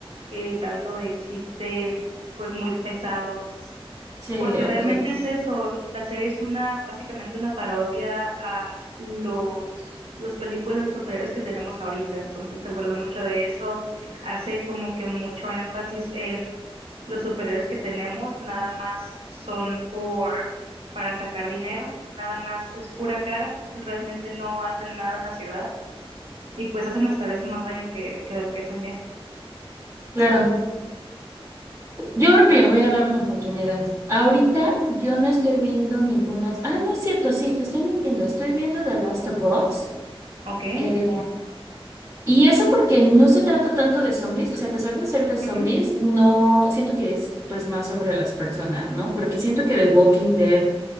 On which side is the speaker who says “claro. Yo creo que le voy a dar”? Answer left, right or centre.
Right